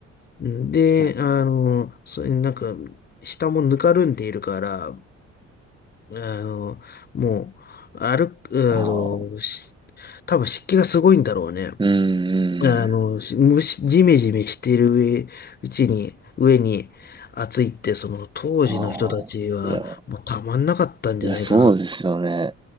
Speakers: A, on the left (about 35°); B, on the right (about 15°).
A: うんで、
B: いはいはい。え
A: あの、それなんか、下もぬかるんでいるから、あの、もう、歩く、
B: ー、ああ、
A: あの、し多分湿気がすごいんだろうね。
B: うん、うん。
A: あの、し蒸し、ジメジメしてる上、うちに、上に暑いって、その当時の人たちは、
B: ああ、いや、
A: もうたまんなかったんじゃないかな。
B: いや、そうですよね。